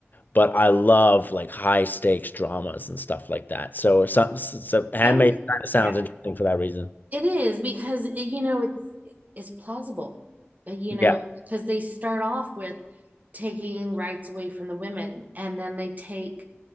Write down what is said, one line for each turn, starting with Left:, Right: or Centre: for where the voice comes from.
Left: but I love like high stakes dramas and stuff like that. So some, so Handmaid
Right: Candy.
Left: kind of sounds
Right: Yeah,
Left: interesting for that reason.
Right: it is because you know it's it's plausible. Uh, You
Left: Yeah.
Right: know, because they start off with taking rights away from the women, and then they take